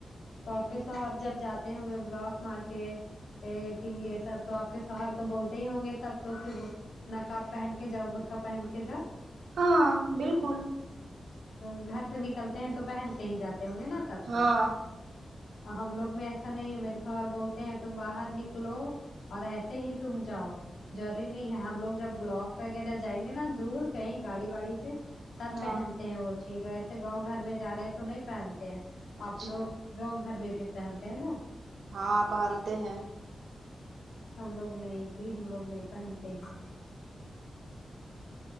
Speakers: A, on the left; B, on the right.
A: تو آپ کے س جب جاتے ہیں بلاک مارک ایٹنگ یے سب تو آپ کے شوہر تو بولتے ہی ہوں گے تب تو کی وہ نقاب پہن کے جا برخا پہن کے جا
B: ہاں بالکل
A: جب گھر سے نکلتے ہیں تو پہن کے ہی جاتے ہوں گے نا تب
B: ہاں
A: تو ہم لوگ میں ایسا نہیں ہے میرے شوہر بولتے ہیں تم باہر نکلو اور ایسے ہی تم جاؤ ضروری نہیں ہے ہم لوگ جب بلاک وغیرہ جائیں گے نا دور کہیں گاڑی واڑی سے تب
B: ہاں
A: پہنتے ہیں وہ چی جو ایسے گاؤں گھر میں جا رہے تو نہیں پہنتے ہیں
B: اچھا
A: آپ لوگ گاؤں گھر میں بھی پہنتے ہیں نا
B: ہاں پہنتے ہیں
A: ہم لوگ نہیں جی ہم لوگ نہیں پہنتے ہیں